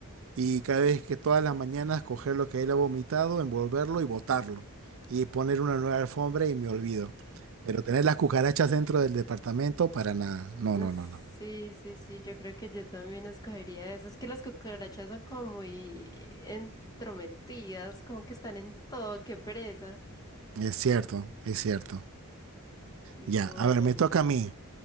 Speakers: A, on the right; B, on the left.
A: y cada vez que todas las mañanas coger lo que él ha vomitado, envolverlo y botarlo. Y poner una nueva alfombra y me olvido. Pero tener las cucarachas dentro del departamento, para nada. No, no,
B: Sí,
A: no, no.
B: sí, sí, yo creo que yo también escogería eso. Es que las cucarachas son como muy entrometidas, como que están en todo, qué pereza.
A: Es cierto, es cierto.
B: Bueno,
A: Ya, a ver, me toca a mí.